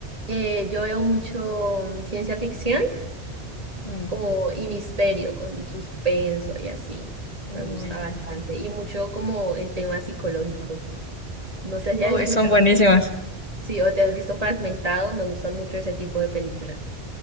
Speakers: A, on the right; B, on the left.
A: Eh, yo veo mucho mm, ciencia ficción
B: Mm.
A: como y misterio con suspenso y así.
B: Uy,
A: Me gusta
B: ya
A: bastante.
B: sé.
A: Y mucho como el tema psicológico. No sé si
B: Uy,
A: has escuchado,
B: son buenísimas.
A: sí, o te has visto fragmentado. Me gustan mucho ese tipo de películas.